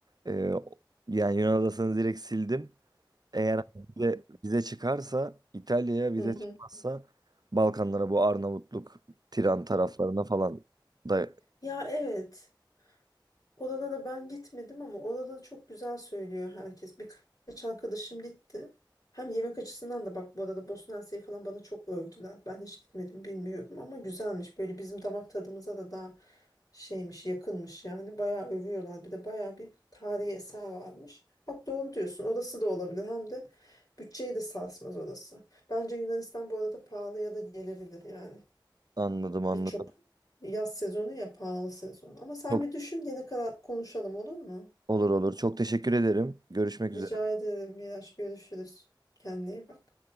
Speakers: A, on the right; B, on the left.
A: e, yani Yunan adasını direkt sildim. Eğer vize, vize çıkarsa İtalya'ya vize
B: Hı hı.
A: çıkmazsa Balkanlara bu Arnavutluk, Tiran taraflarına falan da
B: Ya evet. Orada da ben gitmedim ama orada da çok güzel söylüyor herkes. Birkaç arkadaşım gitti. Hem yemek açısından da bak bu arada Bosna Hersek'i falan bana çok övdüler. Ben hiç gitmedim bilmiyorum ama güzelmiş. Böyle bizim damak tadımıza da daha şeymiş yakınmış yani. Bayağı övüyorlar. Bir de bayağı bir tarihi eser varmış. Bak doğru diyorsun. Orası da olabilir. Hem de bütçeyi de sarsmaz orası. Bence Yunanistan bu arada pahalıya da gelebilir yani.
A: anladım anladım.
B: Birçok yaz sezonu ya pahalı sezon. Ama sen
A: Çok
B: bir düşün gene kadar konuşalım olur mu?
A: olur olur. Çok teşekkür ederim. Görüşmek
B: Rica
A: üzere.
B: ederim Miraç görüşürüz. Kendine iyi bak.